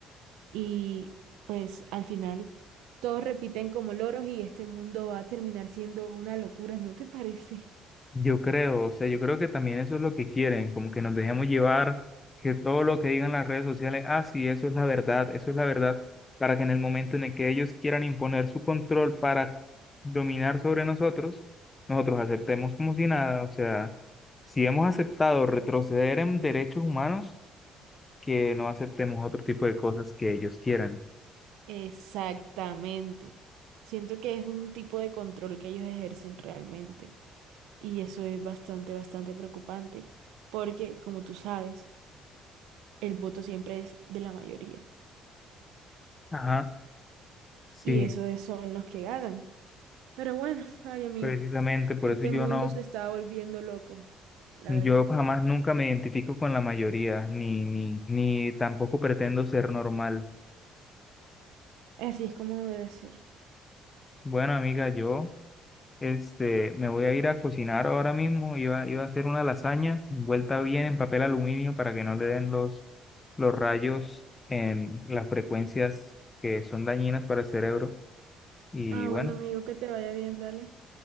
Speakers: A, on the right; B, on the left.
A: y pues al final todos repiten como loros y este mundo va a terminar siendo una locura, ¿no te parece? <laughs>
B: Yo creo, o sea, yo creo que también eso es lo que quieren, como que nos dejemos llevar, que todo lo que digan las redes sociales, ah, sí, eso es la verdad, eso es la verdad, para que en el momento en el que ellos quieran imponer su control para dominar sobre nosotros, nosotros aceptemos como si nada, o sea, si hemos aceptado retroceder en derechos humanos, que no aceptemos otro tipo de cosas que ellos quieran.
A: Exactamente. Siento que es un tipo de control que ellos ejercen realmente. Y eso es bastante, bastante preocupante, porque como tú sabes, el voto siempre es de la mayoría.
B: Ajá, sí,
A: Y eso es- son los que ganan. Pero bueno, <laughs> ay amigo,
B: precisamente, por
A: este
B: eso yo
A: mundo
B: no.
A: se está volviendo loco, la
B: Yo
A: verdad.
B: jamás nunca me identifico con la mayoría, ni, ni, ni tampoco pretendo ser normal.
A: Así es como debe ser.
B: Bueno, amiga, yo este, me voy a ir a cocinar ahora mismo. Iba, iba a hacer una lasaña envuelta bien en papel aluminio para que no le den los, los rayos en las frecuencias que son dañinas para el cerebro. Y
A: Ah,
B: bueno,
A: bueno, amigo, que te vaya bien, dale.